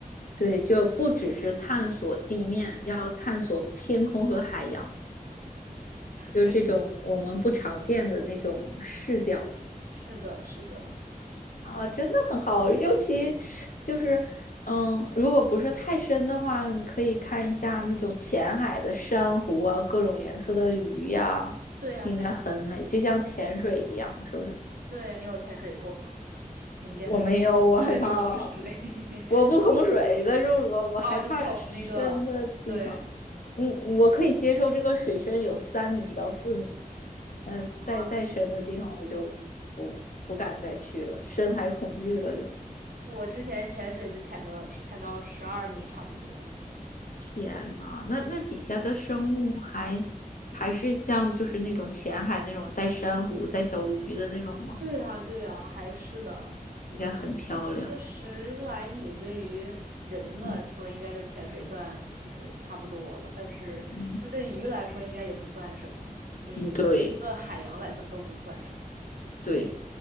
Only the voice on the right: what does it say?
对，是的，是的，
对呀，
对呀，
对，你有潜水过吗？你应该没。
<laughs> 你恐水 <laughs>
哦，你恐那个对
啊，
我之前潜水的潜的潜到十二米差不多。
对呀，对呀，还是的。
就其实十来米对于人来说，
应该就潜水算就是差不多了，但是就对鱼来说，
应该也不算什么，所以对海洋来说都不算什么。